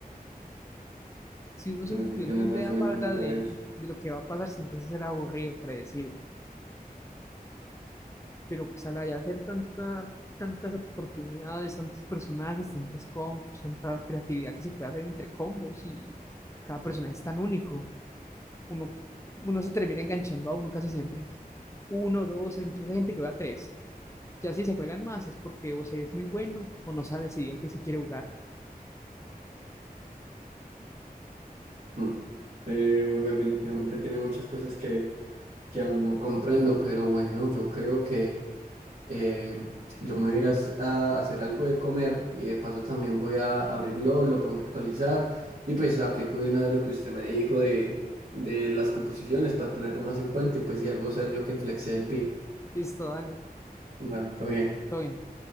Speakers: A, on the left; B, on the right.
A: Si uno siempre
B: Bueno, sí
A: tiene
B: tienes
A: una idea
B: razón
A: vaga
B: en cuanto
A: de,
B: a eso.
A: de lo que va a pasar, siempre a ser aburrido, predecible. Pero pues al ya hacer tanta, tantas oportunidades, tantos personajes, tantas combos, tanta creatividad que se puede hacer entre combos y cada personaje es tan único, uno, uno se termina enganchando a uno casi siempre. Uno, dos, incluso hay gente que va a tres. Ya si se juegan más es porque o se es muy bueno o no se ha decidido que sí quiere jugar.
B: Mm. Eh, bueno, definitivamente tiene muchas cosas que, que aún no comprendo, pero bueno, yo creo que eh, yo me voy a ir a, s- a hacer algo de comer y de paso también voy a abrirlo, lo pongo a actualizar y pues aplico de una vez lo que usted me dijo de, de las composiciones para tenerlo más en cuenta y pues si algo ser yo que inflexé el PIC.
A: Listo, dale,
B: Bueno, todo bien.
A: todo bien.